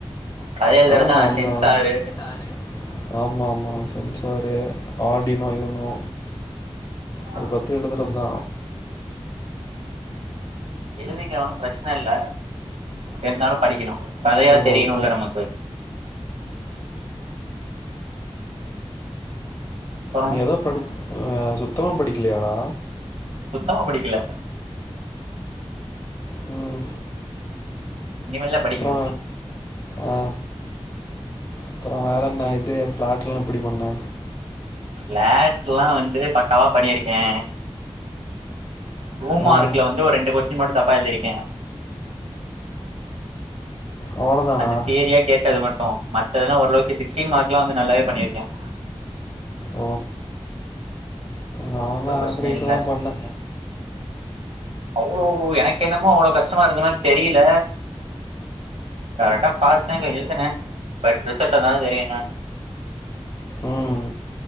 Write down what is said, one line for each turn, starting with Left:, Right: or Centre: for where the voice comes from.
Right: கதை எழுதுறதா
Left: ஆனா அந்த
Right: சென்சாரு
Left: சென்சாரு ஆமா ஆமா சென்சாரு ஆடினோ யூனோ.
Right: ஆ
Left: அத பத்தி எலுதுறது தா
Right: எழுதிக்க ஒன்னு பிரச்சன இல்ல இருந்தாலு படிக்கணு. கதையாது
Left: வேணு
Right: தெரியணுல
Left: அதுக்கு
Right: நமக்கு அப்புறோ
Left: நீ ஏதோ படி ஆ சுத்தமா படிக்கலையாடா?
Right: சுத்தமா படிக்கல
Left: ம்
Right: இனிமேயில்ல படிக்கணு
Left: அப்றோ ஆ அப்ரோ வேற என்ன இது ஃபிளாட்ல்லா அப்டி பண்ண
Right: பிளாட்ல்லாம் வந்து பக்காவா பண்ணியிருக்கேன் டூ மார்க்ல
Left: ஆ
Right: வந்து ஒரு ரெண்டு கொஸ்டின் மட்டும் தப்பா எழுதிருக்கேன்
Left: அவ்ளோதானா
Right: அந்த தியரியா கேட்டது மட்டும் மத்ததெல்லா ஓரளவுக்கு சி-சிக்ஸ்டீன் மார்க் க்லாம் வந்து நல்லாவே பண்ணிருக்கேன்
Left: ஓ நான்லா
Right: ஒரு பிரச்ன
Left: ஆவரேஜா
Right: இல்ல
Left: தா பண்ணே
Right: அவ்ளோ எனக் என்னமோ அவ்வளவு கஷ்டமா இருந்த மாதிரி தெரியல கரெக்டா பார்த்தேன் இங்கு எழுதுன பட் ரிசல்ட் வந்தாதா தெரியு என்னனு
Left: ம்